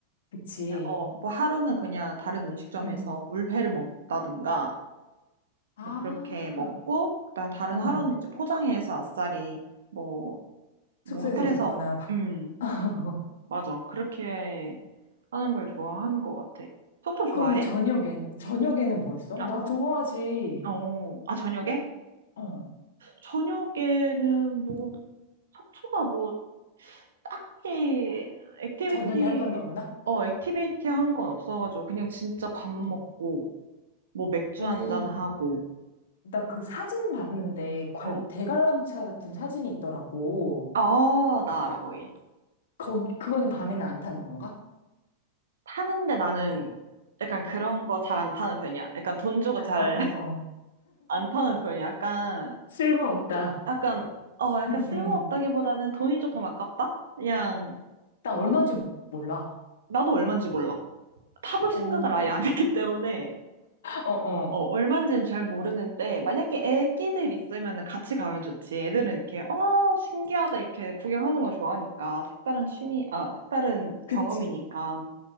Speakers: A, on the left; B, on the right.
A: 그치.
B: 그냥 어, 뭐 하루는 그냥 다른 음식점에서
A: 응.
B: 물회를 먹다든가
A: 아,
B: 뭐 그렇게 먹고 그다음에 다른
A: 어.
B: 하루는 이제 포장해서 아싸리 뭐 뭐
A: 숙소에서
B: 호텔에서
A: 먹거나. 바-
B: 음
A: <laughs>
B: 맞아. 그렇게 하는 걸 좋아하는 것 같아. 속초 좋아해?
A: 그럼 저녁엔, 저녁에는 뭐였어
B: 아,
A: 나 좋아하지.
B: 어, 아, 저녁에?
A: 어.
B: 저녁에는 뭐, 속초가 뭐, 딱히 액티비티,
A: 저녁에 할 건 없나?
B: 어, 액티비티 한 건 없어가지고, 그냥 진짜 밥 먹고,
A: 응.
B: 뭐, 맥주
A: 아니,
B: 한잔 음. 하고,
A: 나 그 사진 봤는데 관-
B: 어.
A: 대관람차 같은 사진이 있더라고.
B: 어, 나 알아, 거기.
A: 거, 그거는 밤에는 안 타는 건가?
B: 타는데 나는 약간 그런 거 잘 안 타는 편이야. 약간 돈 주고 잘
A: 어, 어, 어.
B: 안 <laughs> 타는 편이야. 약간
A: 쓸모없다.
B: 약간, 어, 약간
A: 응,
B: 쓸모없다기보다는
A: 응.
B: 돈이 조금 아깝다? 그냥,
A: 나
B: 뭐,
A: 얼마인지 몰라.
B: 나도 얼마인지 몰라. 타볼
A: 어,
B: 생각을
A: 그,
B: 아예 안 <laughs> 했기 때문에,
A: 어, 어.
B: 어, 얼마인지는 잘 모르는데, 만약에 애기들 있으면 같이 가면 좋지. 애들은 이렇게, 어, 신기하다, 이렇게 구경하는 걸 좋아하니까. 색다른 취미, 아, 색다른
A: 그치.
B: 경험이니까.